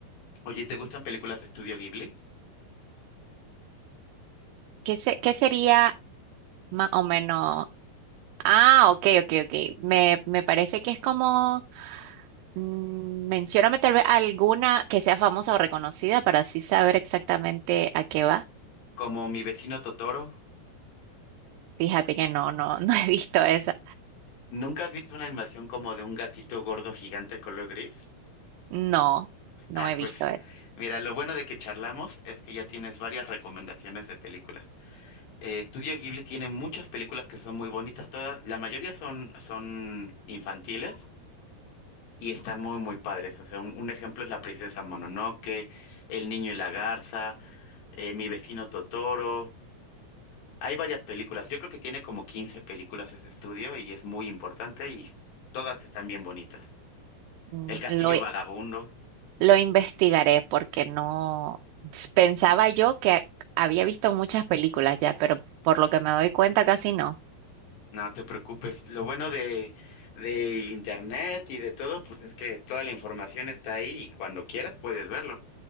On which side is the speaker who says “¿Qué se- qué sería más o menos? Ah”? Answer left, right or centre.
Right